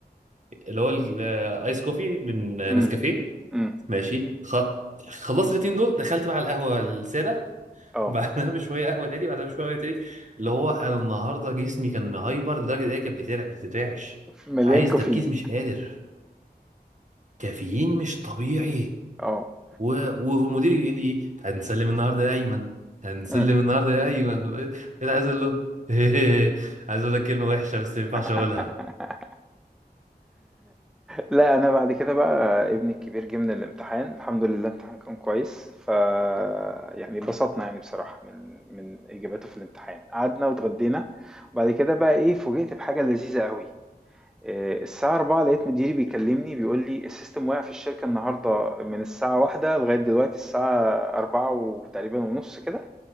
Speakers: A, on the right; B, in the centre.
A: اللي هو الايس كوفي من
B: إمم،
A: نسكافيه
B: إمم،
A: ماشي خ... خلصت الاتنين دول دخلت بقى على القهوه الساده <laughs>
B: آه،
A: بعدها بشويه قهوه تاني بعدها بشويه قهوه تاني اللي هو انا النهارده جسمي كان مهايبر لدرجه ان هي كانت بترع- بتترعش
B: مليان
A: عايز
B: كافيين
A: تركيز مش قادر كافيين مش طبيعي
B: آه،
A: و... و- ومديري بيقول لي إيه؟ هنسلم النهارده يا ايمن هنسلم
B: إمم.
A: النهارده يا ايمن <laughs> ايه اللي عايز اقول له <laughs> عايز اقول لك كلمه وحشه بس ما ينفعش
B: <laughs>
A: اقولها
B: لأ، أنا بعد كده بقى ابني الكبير جه من الامتحان، الحمد لله الامتحان كان كويس، فيعني اتبسطنا يعني بصراحة من من إجاباته في الامتحان، قعدنا واتغدينا، وبعد كده بقى إيه، فوجئت بحاجة لذيذة أوي. آه، الساعة 4 لقيت مديري بيكلمني بيقول لي السيستم واقع في الشركة النهاردة من الساعة واحدة لغاية دلوقتي الساعة 4 وتقريبا ونص كده